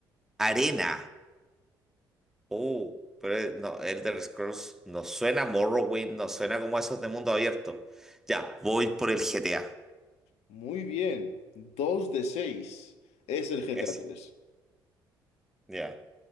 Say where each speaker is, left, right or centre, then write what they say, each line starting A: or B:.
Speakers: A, in the centre; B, on the left.
A: Arena. Oh, pero eh, no, Elder Scrolls no suena a Morrowind, no suena como esos de mundo abierto. Ya, voy por el GTA.
B: Muy bien, 2 de 6 es el GTA
A: Eso,
B: tres,
A: ya.